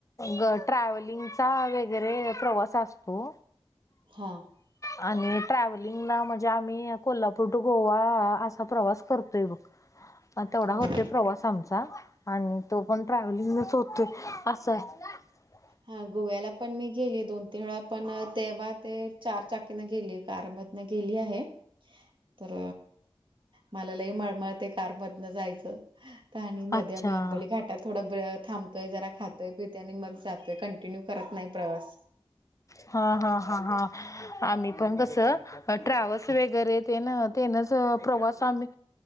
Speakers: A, on the left (about 35°); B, on the right (about 55°).
A: ग ट्रॅव्हलिंगचा वगैरे प्रवास असतो
B: हा
A: आणि ट्रॅव्हलिंगला म्हणजे आम्ही कोल्हापूर टू गोवा असा प्रवास करतोय बघ ह तेवढा होतोय
B: हो
A: प्रवास आमचा आणि तो पण ट्रॅव्हलिंगच होतोय असं आहे ह
B: हा गोव्याला पण मी गेली दोन तीन वेळा पण तेव्हा ते चार चाकीना गेली कारमधन गेली आहे तर मला लही मळमळ ते कारमधन जायचं पणि मध्ये
A: अच्छा
B: आम्ही आंबोली घाटात थोडा ब थांबतोय जरा खातोय पिित आणि मग जतूय कंटिन्यू करत नाही प्रवास
A: हा हा हा हा आम्ही पण कसं ट्रॅव्हल्स वगैरे तेन तेनच प्रवास आम्ही